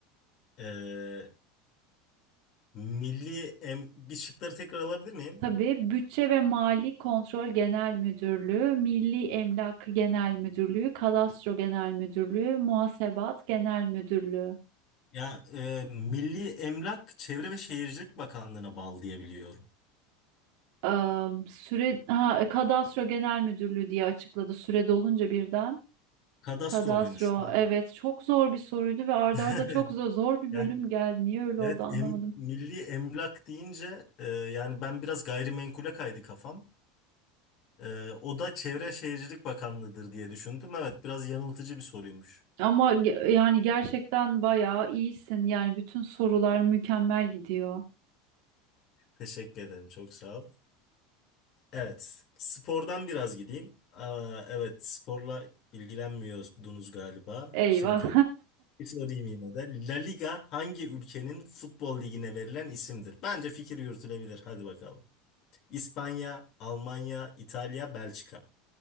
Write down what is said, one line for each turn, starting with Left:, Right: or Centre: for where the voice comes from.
Left: Ee, milli em bir şıkları tekrar alabilir miyim?
Right: Tabii Bütçe ve Mali Kontrol Genel Müdürlüğü, Milli Emlak Genel Müdürlüğü, Kadastro Genel Müdürlüğü, Muhasebat Genel Müdürlüğü.
Left: Ya e, Milli Emlak Çevre ve Şehircilik Bakanlığı'na bağlı diye biliyorum.
Right: Am, süre ha, Kadastro Genel Müdürlüğü diye açıkladı süre dolunca birden.
Left: Kadastro
Right: Kadastro.
Left: muymuş? Ha.
Right: Evet, çok zor bir soruydu ve arda
Left: <laughs>
Right: arda çok zor, zor bir
Left: Yani
Right: bölüm geldi. Niye öyle
Left: evet
Right: oldu anlamadım.
Left: em- Milli Emlak deyince e, yani ben biraz gayrimenkule kaydı kafam. E, o da Çevre ve Şehircilik Bakanlığı'dır diye düşündüm. Evet biraz yanıltıcı bir soruymuş.
Right: Ama ge- yani gerçekten bayağı iyisin. Yani bütün sorular mükemmel gidiyor.
Left: Teşekkür ederim çok sağ ol. Evet spordan biraz gideyim. Aa, evet sporla ilgilenmiyordunuz galiba
Right: Eyvah.
Left: şimdi. Bir sorayım yine de. La Liga hangi ülkenin futbol ligine verilen isimdir? Bence fikir yürütülebilir. Hadi bakalım. İspanya, Almanya, İtalya, Belçika.